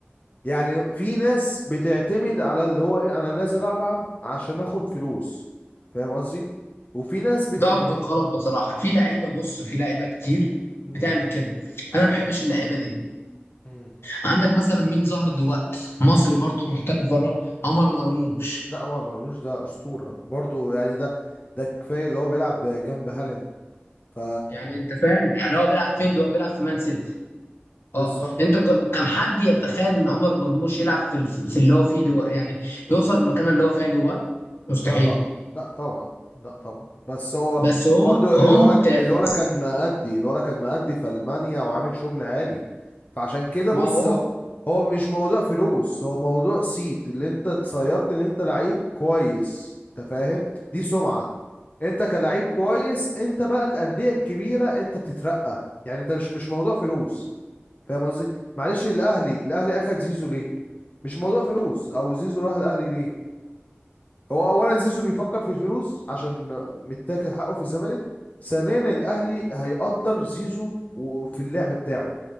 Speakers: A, on the left; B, on the left.
A: يعني في ناس بتعتمد على اللي هو إيه أنا نازل ألعب عشان آخد فلوس فاهم قصدي؟ وفي ناس بت...
B: ده
A: ب...
B: اكبر غلط بصراحه في لعيبه بص في لعيبه كتير
A: مم.
B: بتعمل كده انا ما بحبش اللعيبه دي
A: مم.
B: عندك مثلا مين ظهر دلوقتي مصري
A: <clears throat>
B: برضه محترف بره عمر مرموش
A: لا عمر مرموش ده أسطورة برضو يعني ده ده كفاية اللي هو بيلعب جنب هالاند ف
B: يعني انت فاهم يعني هو بيلعب فين ده هو بيلعب في مان سيتي
A: بالظبط
B: اه انت كان كان حد يتخيل ان عمر مرموش يلعب في في في اللي هو فيه دو يعني يوصل للمكان اللي هو فيه دو مستحيل
A: لا طبعا مستحيل لا طبعا لا طبعا بس هو
B: بس هو
A: برضو الولا
B: هو ممتاز
A: الولا كان مأدي الولا كان مأدي في ألمانيا وعامل شغل عالي فعشان كده
B: ما
A: بص
B: هو
A: هو هو مش موضوع فلوس هو موضوع صيت اللي انت اتصيدت ان انت لعيب كويس انت فاهم دي سمعة انت كلاعب كويس انت بقى الأندية الكبيرة انت بتترقى يعني انت مش مش موضوع فلوس فاهم قصدي معلش الأهلي الأهلي أخد زيزو ليه مش موضوع فلوس او زيزو راح الأهلي ليه هو اولا زيزو بيفكر في الفلوس عشان متاكل حقه في الزمالك ثانيا الاهلي هيقدر زيزو و- في اللعب بتاعه